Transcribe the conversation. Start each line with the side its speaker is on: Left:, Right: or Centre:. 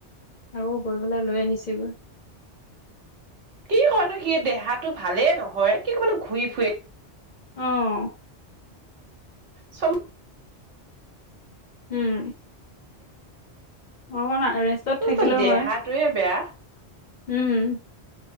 Left: আকৌ গৈ পেলাই লৈ আহিছেগৈ।
Right: কি কয় নো সি, দেহাটো ভালেই নহয়। কি কবনো ঘূৰি ফুৰে?
Left: অঁ।
Right: চম্‌
Left: উম। অকমান ৰেষ্টত
Right: সমস্ত
Left: থাকিলেও
Right: দেহাটোৱে
Left: হয়।
Right: বেয়া।
Left: উম